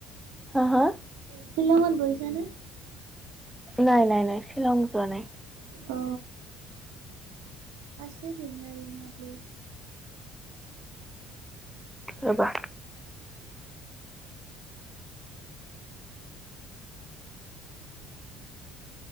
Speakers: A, in the centre; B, on the right.
A: হা হা
B: শ্বিলঙত গৈছানে
A: নাই নাই নাই শ্বিলং যোৱা নাই
B: অ আছে ধুনীয়া ধুনীয়া প্লেছ
A: ৰবা